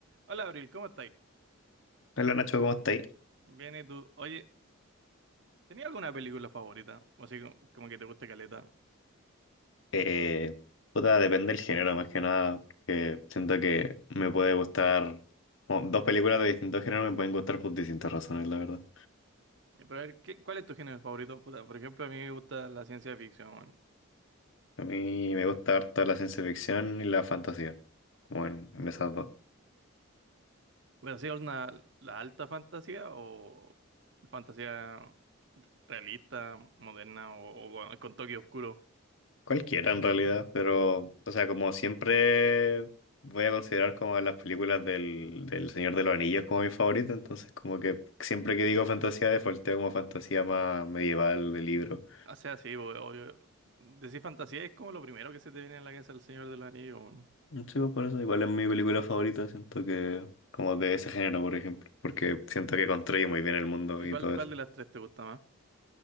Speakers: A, on the right; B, on the left.
A: Hola Abril, ¿cómo estáis?
B: Hola Nacho, ¿cómo estáis?
A: Bien, ¿y tú? Oye, ¿tenías alguna película favorita? O así como, como que te guste caleta.
B: Eh, puta, depende del género más que nada, porque siento que me puede gustar, como dos películas de distintos géneros me pueden gustar por distintas razones, la verdad.
A: Eh, Pero a ver, ¿qué- cuál es tu género favorito? Puta, por ejemplo, a mí me gusta la ciencia ficción. weón.
B: A mí me gusta harto la ciencia ficción y la fantasía, como en, en esas dos.
A: ¿Pero así una, la alta fantasía o fantasía realista, moderna o, o con con toque oscuro?
B: Cualquiera en realidad, pero, o sea, como siempre voy a considerar como las películas del, del Señor de los Anillos como mi favorita, entonces como que siempre que digo fantasía, defaulteo como fantasía más medieval de libro.
A: O sea, sí, bo- obvio. Decir fantasía es como lo primero que se te viene a la cabeza el Señor de los Anillos. weón.
B: Sí, pues por eso igual es mi película favorita, siento que como de ese género, por ejemplo, porque siento que construye muy bien el mundo
A: ¿Y
B: y
A: cuál,
B: todo
A: cuál
B: eso.
A: de las tres te gusta más?